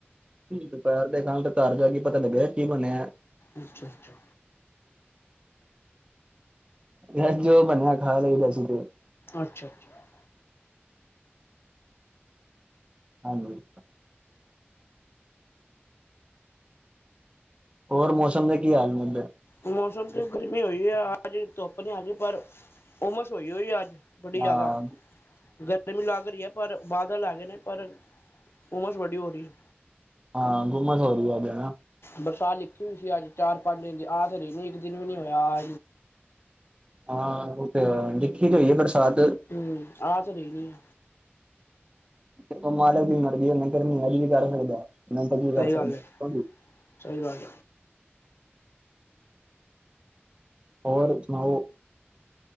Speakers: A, on the right; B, on the left.
A: ਦੁਪਹਿਰ ਦੇ ਖਗ ਤੇ, ਘਰ ਜਾ ਕੇ ਪਤਾ, ਲੱਗਿਆ ਕੀ ਬਣਿਆ।
B: ਅੱਛਾ, ਅੱਛਾ।
A: ਬ ਜੋ ਬਣਿਆ, ਖਾ ਲਈਦਾ ਅਸੀ ਤੇ।
B: ਅੱਛਾ, ਅੱਛਾ।
A: ਹਾਂਜੀ। ਹੋਰ, ਮੌਸਮ ਦੇ ਕੀ ਹਾਲ ਨੇ ਇੱਧਰ?
B: ਮੌਸਮ ਤੇ ਗਰਮੀ ਹੋਈ ਆ। ਅੱਜ ਧੁੱਪ ਨੀ ਆਜ, ਪਰ ਉਮਸ ਹੋਈ- ਹੋਈ ਅੱਜ। ਵਡੀ ਜ਼ਿਆਦਾ
A: ਹਾਂ
B: ਗਰ- ਗਰਮੀ ਲੱਗ ਰਹੀ ਹੈ। ਪਰ ਬਾਦਲ ਆ ਗਏ ਨੇ, ਪਰ ਉਮਸ ਵੱਡੀ ਹੋ ਰਹੀ ਹੈ।
A: ਹਾਂ, ਗੁੰਮਸ ਹੋ ਰਹੀ ਹੈ। ਅਜ ਹਨਾ।
B: ਬਰਸਾਤ ਲਿਖੀ ਹੋਈ ਸੀ। ਅੱਜ ਚਾਰ, ਪੰਜ ਦਿਨ ਦੀ ਆ ਤੇ ਰਹੀ ਨੀ ਇੱਕ ਦਿਨ ਵੀ ਨੀ ਹੋਇਆ ਆ।
A: ਹਾਂ ਉਹ ਤੇ ਹੈ ਦੇਖੀ ਜੋ ਹੋਈ ਬਰਸਾਤ
B: ਹਮ ਆ ਤੇ ਰਹੀ ਨਹੀਂ।
A: ਉਹ ਮਾਲਕ ਵੀ ਮਰਦੀ ਉਹਨਾਂ ਗਰਮੀਆਂ ਵਿਚ ਵੀ ਕਰ ਸਕਦਾ ਨੰਤ <inaudible> ਜੀ ਵੀ
B: ਸਹੀ
A: ਕਰ
B: ਗੱਲ
A: ਸਕਦਾ।
B: ਹੈ ਸਹੀ ਗੱਲ
A: ਹੋਰ ਸੁਣਾਓ?